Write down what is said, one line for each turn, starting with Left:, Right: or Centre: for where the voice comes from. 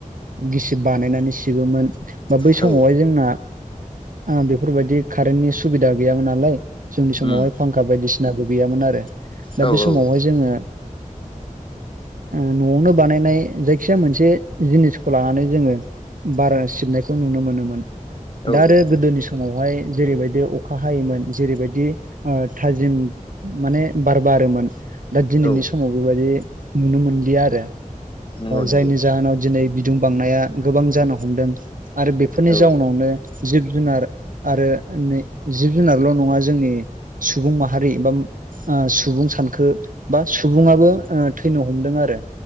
Right: गिसिब बानायनानै सिबोमोन बा बै
Left: औ
Right: समावहाय जोंना बेफोरबायदि कारेन्टनि सुबिदा गैयामोन नालाय जोंनि समावहाय
Left: उम
Right: फांखा बायदिसिनाबो गैयामोन आरो दा
Left: औ
Right: बे समावहाय
Left: औ
Right: जोङो न'आवनो बानायनाय जाय खिया मोनसे जिनिसखौ लानानै जोङो बारा सिबनायखौ नुनो मोनोमोन
Left: औ
Right: दा आरो गोदोनि समावहाय जेरैबायदि अखा हायोमोन जेरैबायदि थाजिम माने बार बारोमोन दा दिनैनि
Left: औ
Right: समाव बेबायदि नुनो मोनलिया आरो
Left: नंगौ नंगौ
Right: जायनि जाहोनाव दिनै बिदुं बांनाया गोबां जानो हमदों आरो बेफोरनि
Left: औ
Right: जाउनावनो जिब जुनार आरो जिब जुनारल' नङा जोंनि सुबुं माहारि एबा सुबुं सानखो बा सुबुङाबो थैनो हमदों आरो